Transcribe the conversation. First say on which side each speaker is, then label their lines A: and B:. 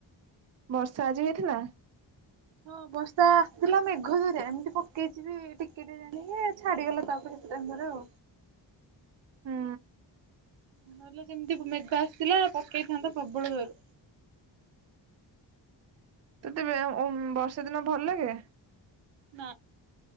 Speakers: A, on the right (about 40°); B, on the right (about 85°).
A: ବର୍ଷା ଆଜି ହେଇଥିଲା?
B: ଆ <inaudible> ହଁ ବର୍ଷା ଆସିଥିଲା ମେଘ ଦୁରି ଏମିତି ପକେଇଛି ବି ଟିକେ ଟେ ଜାଣି ଛାଡିଗଲା ତାପରେ। ଡ଼ାଙ୍ଗର ଆଉ।
A: ହୁଁ।
B: ନ ହେଲେ ଯେମିତି ମେଘା ଆସିଥିଲା ପକେଇଥାନ୍ତା ପ୍ରବଳ ଜୋରେ।
A: ତତେବେ ଓମ୍‌ ବର୍ଷା ଦିନ ଭଲ ଲାଗେ?
B: ନା